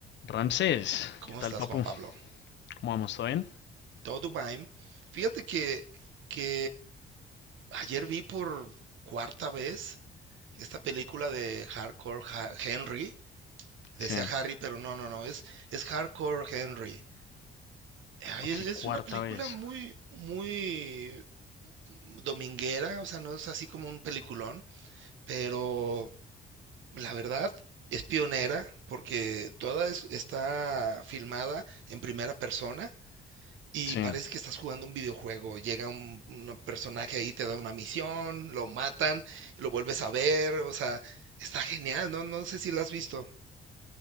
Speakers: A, on the left; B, on the right.
A: Ramsés,
B: ¿Cómo
A: ¿qué tal,
B: estás,
A: papu?
B: Juan Pablo?
A: ¿Cómo vamos? ¿Todo bien?
B: Todo bien. Fíjate que, que ayer vi por cuarta vez esta película de Hardcore Ha- Henry. Decía
A: Sí.
B: Harry, pero no, no, no, es, es Hardcore Henry. Ay,
A: Ok,
B: es, es
A: cuarta
B: una película
A: vez.
B: muy, muy dominguera, o sea, no es así como un peliculón, pero la verdad es pionera porque toda es- está filmada en primera persona Y
A: Sí.
B: parece que estás jugando un videojuego. Llega un, un personaje ahí, te da una misión, lo matan, y lo vuelves a ver. O sea, está genial, ¿no? No sé si lo has visto.